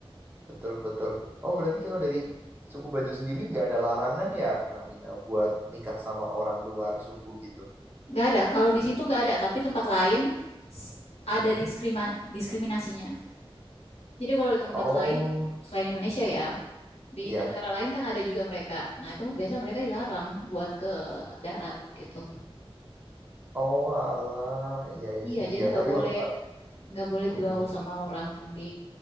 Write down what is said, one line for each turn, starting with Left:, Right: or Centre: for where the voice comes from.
Right: Betul betul. Oh berarti kalau dari suku Bajo sendiri nggak ada larangan ya Kak Lina buat nikah sama orang luar suku gitu.
Left: Nggak ada, kalau di situ nggak ada, tapi tempat lain s- ada
Right: Mm-mm.
Left: diskrima- diskriminasinya. Jadi kalau di tempat
Right: Oh
Left: lain selain Indonesia ya, Di
Right: iya,
Left: negara lain kan ada juga mereka. Nah itu biasa mereka dilarang buat ke darat gitu.
Right: oh alah, iya iya
Left: Iya,
Right: sedih
Left: jadi
Right: ya.
Left: nggak
Right: Tapi
Left: boleh
Right: unt- ah,
Left: nggak boleh
Right: mm-mm.
Left: bergaul sama orang di